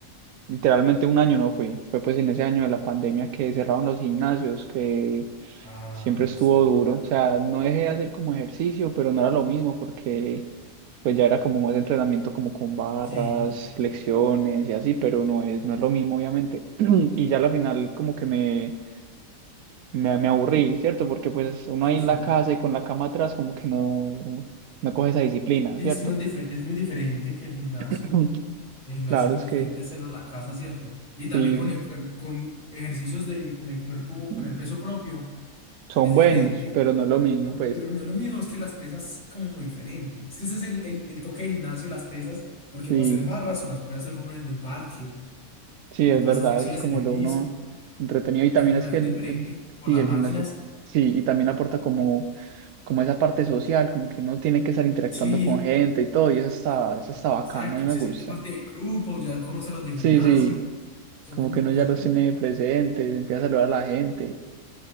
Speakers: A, on the right; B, on the left.
A: Literalmente un año no fui. Fue pues en ese año de la pandemia que cerraron los gimnasios, que
B: Ah,
A: siempre estuvo
B: sí,
A: duro.
B: claro.
A: O sea, no dejé de hacer como ejercicio, pero no era lo mismo porque pues ya era como más entrenamiento como con barras,
B: Sí,
A: flexiones y así, pero no es, no es lo mismo obviamente. <clears throat> Y ya al final como que me, me, me aburrí, ¿cierto? Porque pues uno
B: sí,
A: ahí en
B: sí.
A: la casa y con la cama atrás como que no, no coge esa disciplina,
B: Sí,
A: ¿cierto?
B: es que no es, dife- es muy diferente que el gimnasio.
A: <clears throat>
B: El gimnasio
A: Claro,
B: es muy
A: es
B: diferente
A: que
B: hacerlo en la casa, ¿cierto? Y también
A: sí.
B: con el cuerpo, con ejercicios de, con el cuerpo,
A: <clears throat>
B: con el peso propio,
A: son
B: es diferente.
A: buenos, pero no es lo mismo,
B: No,
A: pues.
B: Pero no es lo mismo, es que las pesas como muy diferente. Es que ese es el, el, el toque de gimnasio, las pesas, porque
A: Sí,
B: para hacer barras o las puede hacer uno en un parque
A: sí,
B: o
A: es
B: puede
A: verdad,
B: hacer flexiones
A: eso es como
B: en el
A: lo
B: piso.
A: uno entretenido. Y también
B: El gimnasio
A: es que
B: es
A: el,
B: diferente
A: el-
B: con
A: sí,
B: las
A: el
B: máquinas.
A: gimnasio, sí, y también aporta como, como esa parte social, como que uno tiene que estar interactuando
B: Sí,
A: con gente y todo, y eso
B: siente-
A: está, eso está bacano,
B: exacto,
A: a mí me
B: se
A: gusta.
B: siente parte del grupo, ya conoce a los de gimnasio,
A: Sí, sí,
B: son
A: como
B: como
A: que uno
B: los
A: ya
B: gym.
A: los tiene presentes, empieza a saludar a la gente.